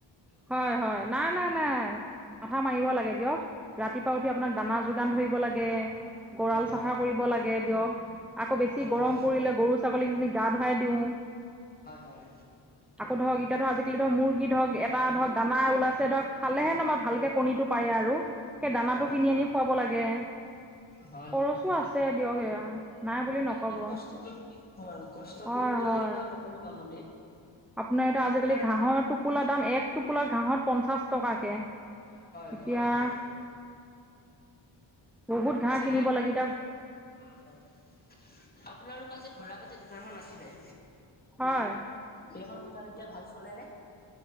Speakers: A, in the centre; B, on the left.
A: হয়, হয়। নাই-নাই-নাই। মাথা মাৰিব লাগে দিয়ক। ৰাতিপুৱা উঠি আপোনাক দানা যোগান ধৰিব লাগে। গঁৰাল
B: হয়,
A: চাফা কৰিব লাগে দিয়ক। আকৌ বেছি
B: হয়,
A: গৰম পৰিলে গৰু ছাগলীকজনীক গা ধুৱাই দিওঁ।
B: হয়, হয়।
A: আকৌ ধৰক এতিয়া ধৰক আজিকালি মুৰ্গী ধৰক এ এটা ধৰক দানা ওলাইছে ধৰক খালেহে নবা ভালকে কণীটো পাৰে আৰু। দানাটো
B: হয়,
A: কিনি আনি খুৱাব লাগে।
B: হয়,
A: খৰচো
B: হয়।
A: আছে
B: এই
A: দিয়ক এয়া নাই
B: হয়
A: বুলি নক'ব
B: এইখিনি কষ্ট কৰি থাকিব আৰু। কষ্ট
A: হয়
B: কৰিব
A: হয়
B: লাগিবই সকলো কামতে।
A: আপোনাৰ এতিয়া
B: আপোনাৰ
A: আজিকালি ঘাঁহৰ টোপোলাৰ দাম এক টোপোলাৰ ঘাঁহত পঞ্চাশ টকাকে।
B: হয়, হয়,
A: এতিয়া
B: হয়, হয়।
A: বহুত
B: পিছে
A: ঘাঁহ কিনিব লাগে এতিয়া
B: হয়, হয়। আপোনালোকৰ যে ঘৰৰ আগত যে দোকানখন আছিলে?
A: হয়।
B: সেইখন দুকান এতিয়া ভাল চলে নে?